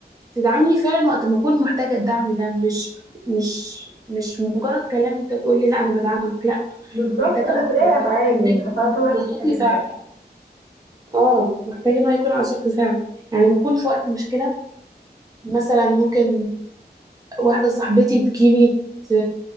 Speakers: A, on the right; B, on the right.
A: تدعمني فعلا وقت ما اكون محتاجه الدعم ده مش مش مش مجرد كلام انت تقول لي لا انا بدعمك لا
B: بالظبط
A: محتاجه
B: لا
A: محتاجه
B: تلاقي افعال يعني
A: ده يكون
B: الافعال طبعا
A: على
B: مهمة
A: شكل
B: جدا
A: فعل اه محتاجه ان هو يكون على شكل فعل يعني ما اكون في وقت مشكله مثلا ممكن واحده صاحبتي تجيلي ت-